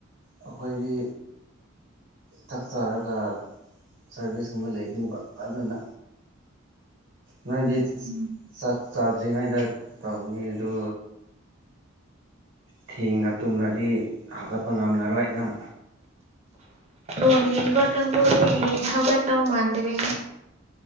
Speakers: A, on the right (about 55°); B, on the right (about 30°).
A: ꯑꯩꯈꯣꯏꯗꯤ ꯇꯛꯆꯔꯒ ꯁꯥꯔꯚꯤꯁꯀꯨꯝꯕ ꯂꯩꯒꯅꯦꯕ ꯑꯗꯨꯅ ꯅꯣꯏꯗꯤ
B: ꯎꯝ
A: ꯆꯥꯛ ꯆꯥꯗ꯭ꯔꯤꯉꯩꯗ ꯇꯧꯅꯤ ꯑꯗꯨ ꯊꯦꯡꯅ ꯇꯨꯝꯔꯗꯤ ꯍꯧꯒꯠꯄ ꯉꯝꯂꯔꯣꯏ ꯅꯪ
B: ꯣ ꯋꯥ ꯀꯥꯡꯪꯕꯨꯣꯗ ꯍ ꯍꯋꯥ ꯇꯧ ꯃꯥꯥꯡꯗꯔꯦ